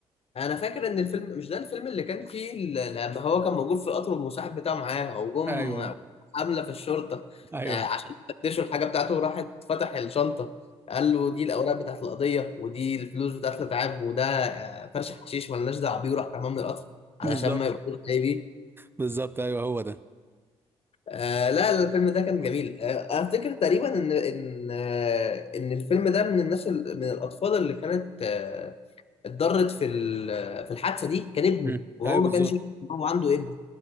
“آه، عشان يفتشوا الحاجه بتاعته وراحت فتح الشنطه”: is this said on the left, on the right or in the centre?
Left